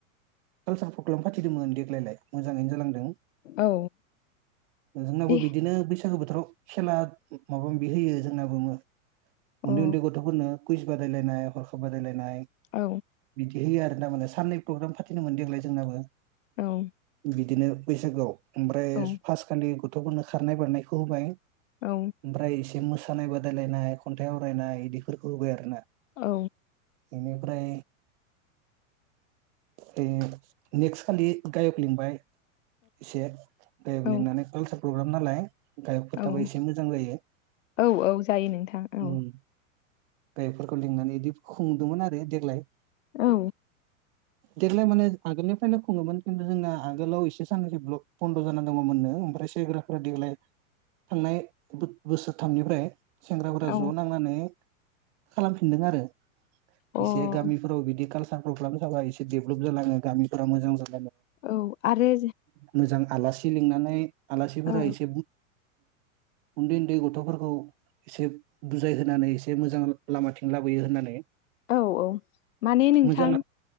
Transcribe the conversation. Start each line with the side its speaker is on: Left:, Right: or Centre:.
Right: कालसार प्रग्राम फाथिदोंमोन देग्लायलाय मोजाङैनो जालांदों।
Left: औ
Right: जोंनाबो
Left: बे
Right: बिदिनो बैसागो बोथोर। <unintelligible> खेला माबा माबि होयो जोंना बुङो।
Left: अ
Right: उन्दै
Left: औ
Right: उन्दै गथ'फोरनो कुइस बादायलायनाय हरखाब बादायलायनाय
Left: औ
Right: बिदि होयो आरो ना माने साननै प्रग्राम फाथिदोंमोन देग्लाय जोंनाबो।
Left: औ।
Right: बिदिनो बैसागुआव। ओमफ्राय
Left: औ
Right: फासखालि गथ'फोरनो खारनाय बारनायखौ होबाय। ओमफ्राय
Left: औ
Right: मोसानाय बादायलायनाय खन्थाइ आवरायनाय बिदिफोरखौ होबाय आरो ना।
Left: औ।
Right: बेनिफ्राय बे नेक्स्ट खालि गायक लिंबाय एसे गाइक
Left: औ
Right: लिंनानै कालसार। प्रग्राम नालाय थाबा
Left: औ
Right: एसे मोजां जायो
Left: औ औ जायो नोंथां औ
Right: ओम गाइकफोरखौ लिंनानै बिदि। खुंदोंमोन आरो देग्लाय
Left: औ
Right: देग्लाय माने आगोलनिफ्रायनो खुङोमोन खिन्थु जोंना आगोलाव एसे साननैसो ब्लक बन्द' जाना दङमोननो ओमफ्राय सेंग्राफ्रा देग्लाय थांनाय बोसोरथामनिफ्राय सेंग्राफोरा
Left: औ
Right: ज' नांनानै खालामफिनदों आरो
Left: अ औ
Right: एसे गामिफोराव बिदि कालसार प्रग्राम थाबा एसे देभेलप जालाङो गामिफोरा मोजां जाब
Left: औ आरो
Right: मोजां आलासि लिंनानै आलासिफोरा
Left: औ
Right: एसे उन्दै उन्दै गथ'फोरखौ एसे बुजायहोनानै एसे मोजां लामाथिं लाबोयो होननानै
Left: औ औ माने नोंथां
Right: मोजां